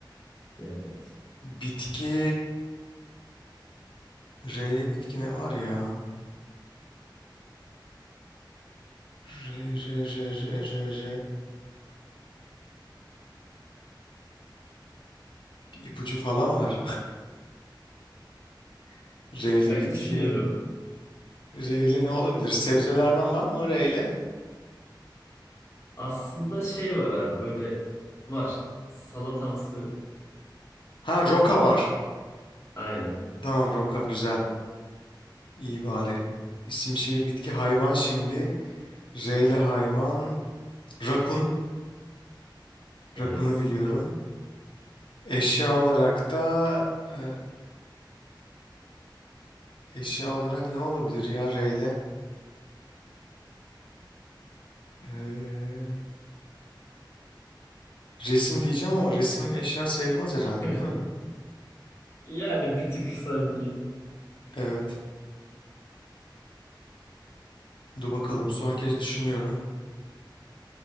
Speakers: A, on the left (about 35°); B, on the left (about 80°).
A: Evet.
B: Bitki R ile bitki ne var ya? R R R R R R Bir ipucu falan var. <laughs> R ile
A: Bak
B: bitki.
A: düşünüyorum.
B: R ile ne olabilir? Sebzelerden var mı R ile?
A: Aslında şey var abi böyle var. Salatamsı.
B: Ha roka var.
A: Aynen.
B: Tamam roka güzel. İyi bari. İsim şehir bitki hayvan şimdi. R ile hayvan. Rakun.
A: Evet.
B: Rakunu biliyorum. Eşya olarak da eee, eşya olarak ne olabilir ya R ile? Eee, resim diyeceğim ama resim eşya sayılmaz herhalde
A: <laughs>
B: değil mi?
A: Yani bir tık sanki.
B: Evet. Dur bakalım son kez düşünüyorum.